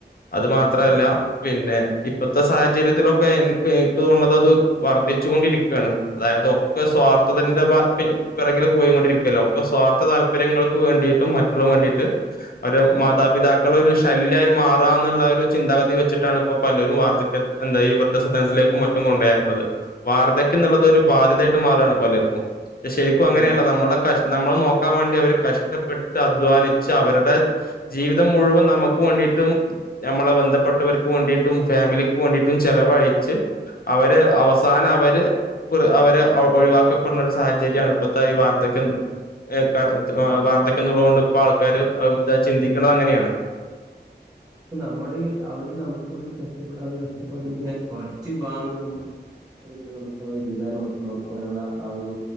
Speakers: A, on the left (about 55°); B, on the right (about 20°).
A: അത് മാത്രല്ല
B: അത്
A: പിന്നെ ഇ പ്പത്തെ സാഹചര്യത്തിലൊക്കെ ഇൻക്ക് എനിക്ക് തോന്ന്ണത് അത് വർദ്ധിച്ചു കൊണ്ടിരിക്കാണ് അതായത് ഒക്കെ സ്വാർ ത്ഥതന്റെ ബാക്കി പിറകില് പോയിങ്ങൊണ്ടിരിക്കല്ലോ അപ്പൊ സ്വാർത്ഥ താല്പര്യങ്ങൾക്ക് വേണ്ടീട്ടും മറ്റ്ള്ളതും വേണ്ടീട്ട് അവരെ മാതാപി പിതാക്കള് ഒരു ശല്യായി മാറാന്ന്ള്ള ഒരു ചിന്താഗതി വെച്ചിട്ടാണ് ഇപ്പോ പലരും വാർദ്ധക്യ എന്താ ഈ വൃദ്ധ സദ നത്തിലേക്കും മറ്റും കൊണ്ടോയാക്ക്ണത് വാർദ്ധക്യം ന്ന് ള്ളത് ഒരു ബാധ്യതായിട്ട് മാറാണ് പലർക്കും. ക്കും അങ്ങനേല്ലൊ
B: അത്
A: നമ്മളെ കഷ് നമ്മളെ നോക്കാൻ വേണ്ടി അവര് കഷ്ടപ്പെട്ട് അധ്വാനിച്ച് അവര്ടെ ജീവിതം മുഴുവൻ നമുക്ക് വേണ്ടിട്ടും ഞമ്മള ബന്ധപ്പെട്ടവർക്ക് വേണ്ടീട്ടും ഫാമിലിക്ക് വേണ്ടീട്ടും ചെലവഴിച്ച് അവര് അവസാനം അവര് വൃ അവരെ ഒ ഒഴിവാക്കപ്പെടുന്ന ഒരു സാഹചര്യാണ് ഇപ്പത്തെ ഈ വാർദ്ധക്യം ന്ന് ഏഹ് ക വാർദ്ധക്ക്യം ന്ന്ള്ളതോണ്ട് ഇപ്പ ആൾക്കാര് അത് വേ ചിന്തിക്ക്ണത് അങ്ങനേണ്.
B: പ്പ നമ്മള് അവര് നമുക്ക് വേണ്ടി കഷ്ടപ്പെട്ട ഒരു കഷ്ടപ്പാടിന്റെ കുറച്ച് ഭാഗ നമ്മ അെങ്കിലും നമുക്ക് അവരുടെ ജീവിതകാലം മൊത്തം നോക്കുവാനുള്ള ആ ഒരു